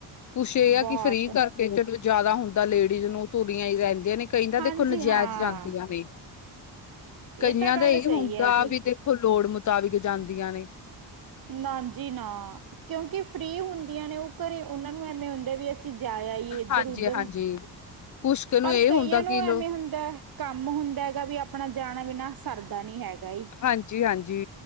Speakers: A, on the left; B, on the right.
A: ਕੁੱਛ ਇਹ
B: ਬਹੁਤ
A: ਆ ਕਿ ਫ੍ਰੀ ਕਰਕੇ ਚ ਜ਼ਿਆਦਾ ਹੁੰਦਾ ਲੇਡੀਜ਼ ਨੂੰ ਤੂਰੀਆਂ ਹੀ ਰਹਦੀ ਦਿਆ ਨੇ ਕਹਿੰਦਾ
B: ਹਾਂਜੀ
A: ਦੇਖੋ ਨਜਾਇਜ਼
B: ਹਾਂ
A: ਜਾਂਦੀਆਂ ਨੇ ਕਈਆਂ
B: ਇਹ ਤਾਂ ਗੱਲ
A: ਦਾ ਹੀ
B: ਸਹੀ
A: ਹੁੰਦਾ
B: ਹੈ ਜੀ
A: ਵੀ ਦੇਖੋ। ਲੋੜ ਮੁਤਾਬਿਕ ਜਾਂਦੀਆਂ ਨੇ
B: ਨਾਜੀ ਨਾ ਕਿਉਂਕਿ ਫ੍ਰਰੀ ਹੁੰ ਆਂ ਨੇ ਉਹ ਘਰੇ ਉਹਨਾਂ ਨੂੰ ਐਵੇਂ <unintelligible> ਅਸੀਂ ਜਾਇਆ ਐ ਇੱਧਰ
A: ਹਾਂਜੀ-ਹਾਂਜੀ
B: ਉਧਰ
A: ਕੁਛ ਕੁ
B: ਪਰ
A: ਨੂੰ ਇਹ
B: ਕਈਆਂ
A: ਹੁੰਦਾ
B: ਨੂੰ
A: ਕਿ
B: ਐਵੇਂ
A: ਲੋ
B: ਹੁੰਦਾ ਕੰਮ ਹੁੰਦਾ ਹੈਗਾ ਵੀ ਆਪਣਾ ਜਾਣਾ ਬਿਨਾਂ ਸਰਦਾ ਨੀ ਹੈਗਾ। ਜੀ
A: ਹਾਂਜੀ-ਹਾਂਜੀ,